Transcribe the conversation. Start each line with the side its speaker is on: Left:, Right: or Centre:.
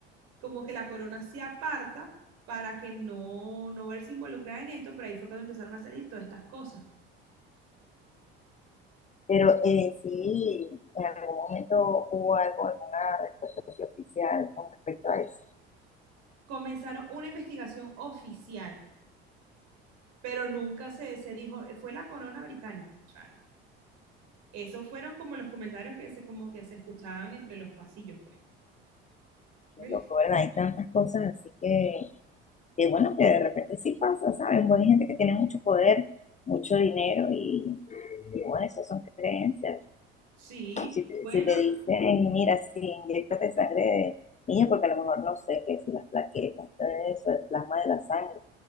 Right: como que la corona se aparta para que no, no verse involucrada en esto, pero ahí fue cuando empezaron a salir todas estas cosas.
Left: Pero eh, sí, en algún momento hubo algo, alguna respuesta oficial con respecto a eso.
Right: Comenzaron una investigación oficial, pero nunca se, se dijo, fue la corona británica, o sea, no. Esos fueron como los comentarios que se, como que se escuchaban entre los pasillos, pues. ¿Ves?
Left: Qué loco, ¿verdad? Hay tantas cosas, así que, que bueno, que de repente sí pasa, ¿sabes? Bueno, hay gente que tiene mucho poder, mucho dinero y, y bueno, eso son creencias.
Right: Sí,
Left: Si,
Right: bueno,
Left: si te dicen, mira, si inyectate sangre de niño, porque a lo mejor no sé qué es las plaquetas, todo eso, el plasma de la sangre,